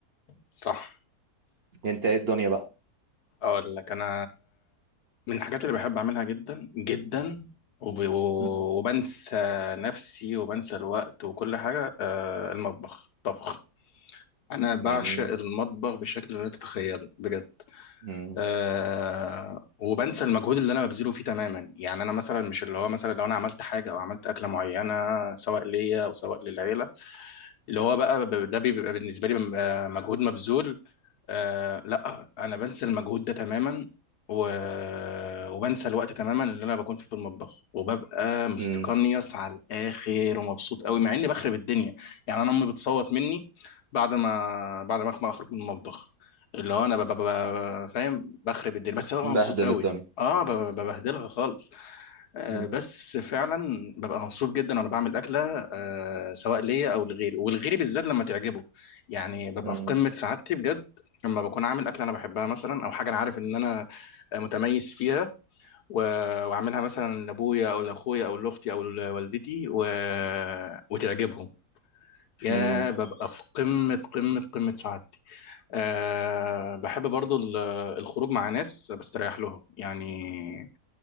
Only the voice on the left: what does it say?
صح
اقول لك انا من الحاجات اللي بحب اعملها جدا جدا وب... وبنسى
نفسي وبنسى الوقت وكل حاجه آه، المطبخ طبخ انا بعشق
المطبخ بشكل لا تتخيله بجد
أه وبنسى المجهود اللي انا ببذله فيه تماما يعني انا مثلا مش اللي هو مثلا لو انا عملت حاجه او عملت اكله معينه سواء ليا او سواء للعيله اللي هو بقى ب- ده بيبقى بالنسبه لي بيبقى مجهود مبذول آه لا انا بنسى المجهود ده تماما و... وبنسى الوقت تماما اللي انا بكون فيه في المطبخ وببقى مستقنيص
على الاخر ومبسوط قوي مع اني بخرب الدنيا يعني انا امي بتصوت مني بعد ما بعد ما أخ- ما اخرج من المطبخ اللي هو انا ببقى فاهم بخرب الدنيا بس ببقى
مبسوط قوي
اه ب- ب- ببهدلها خالص آه،
بس فعلا ببقى مبسوط جدا وانا بعمل اكله آه، سواء ليا او لغيري ولغيري بالذات لما تعجبه يعني ببقى
في قمه سعادتي بجد لما بكون عامل اكله انا بحبها مثلا او حاجه انا عارف ان انا متميز فيها و... واعملها مثلا لابويا او لاخويا او لاختي او لوالدتي و... وتعجبهم يا
ببقى في قمه قمه قمه سعادتي أه بحب برضو ال- الخروج مع ناس بستريح لهم يعني